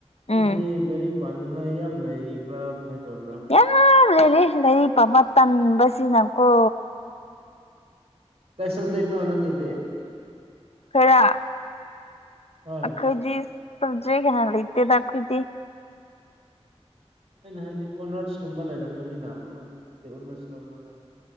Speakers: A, on the right; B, on the left.
A: ꯑꯗꯨꯗꯤ
B: ꯎꯝ
A: ꯂꯥꯏꯔꯤꯛ ꯄꯥꯅꯤꯡꯉꯥꯏ ꯌꯥꯝ ꯂꯩꯕ꯭ꯔꯥ ꯀꯃꯥꯏꯅ ꯇꯧꯕ꯭ꯔꯥ
B: ꯌꯥꯝ ꯂꯩꯔꯤ ꯂꯩꯔꯤꯛ ꯄꯥꯕ ꯇꯟꯕ ꯁꯤꯅꯀꯣ
A: ꯀꯩ ꯁꯕꯖꯦꯛꯅꯣ ꯅꯪꯒꯤꯗꯤ
B: ꯀꯔꯤꯔ
A: ꯍꯣꯏ
B: ꯑꯈꯣꯏꯗꯤ ꯁꯕꯖꯦꯛ ꯍꯥꯅ ꯂꯩꯇꯦꯗ ꯑꯈꯣꯏꯗꯤ
A: ꯑꯩꯅ ꯍꯥꯏꯗꯤ ꯑꯣꯅꯔꯁꯀꯨꯝꯕ ꯂꯩꯔꯝꯒꯅꯤꯅ ꯑꯣꯅꯔ ꯀꯩ ꯑꯣꯅꯔꯁ ꯂꯧꯕ꯭ꯔ ꯅꯪ